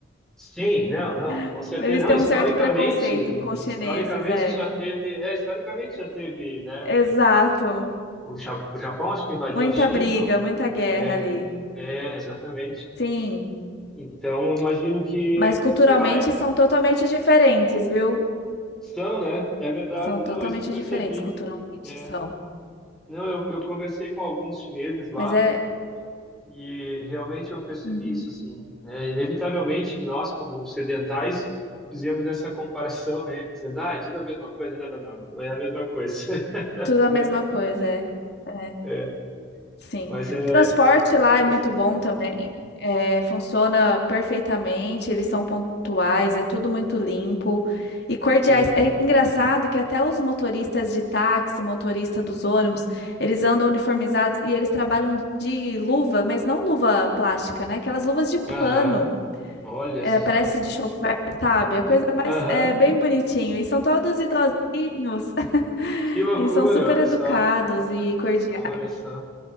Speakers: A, in the centre; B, on the left (about 55°).
A: Sim, não, não, com
B: <laughs>
A: certeza
B: Eles
A: não.
B: têm
A: Historicamente,
B: um certo preconceito com os
A: historicamente
B: chineses, é.
A: já teve, é, historicamente já teve, né?
B: Exato.
A: O Ja- o Japão acho que invadiu
B: Muita
A: a China.
B: briga,
A: um-
B: muita guerra
A: É,
B: ali.
A: é, exatamente.
B: Sim.
A: Então, eu imagino que,
B: Mas culturalmente
A: sei lá, é-
B: são totalmente diferentes, viu?
A: são, né? É verdade.
B: São totalmente
A: Não, isso eu percebi.
B: diferentes culturalmente,
A: É.
B: são.
A: Não, eu, eu conversei com alguns chineses lá
B: Mas é
A: e realmente eu percebi
B: uhum,
A: isso, assim. É, inevitavelmente, nós, como ocidentais, fizemos essa comparação, né? Dizendo, ah, é tudo a mesma coisa. Não, não, não, não é a mesma coisa, <laughs>
B: tudo a
A: né?
B: mesma coisa, é. É,
A: É,
B: sim.
A: mas é
B: O transporte lá
A: interessante.
B: é muito bom também. É, funciona perfeitamente, eles são pontuais, é tudo muito limpo e cordiais.
A: Sim.
B: É engraçado que até os motoristas de táxi, motorista dos ônibus, eles andam uniformizados e eles trabalham de luva, mas não luva plástica, né? Aquelas luvas de
A: Aham.
B: pano.
A: Olha
B: É,
A: só.
B: parece de chofer, sabe? A coisa mais
A: Aham,
B: é bem bonitinho. E são todos idosinhos. <laughs>
A: Que loucura,
B: E são super
A: olha
B: educados
A: só,
B: e cordiais.
A: olha só,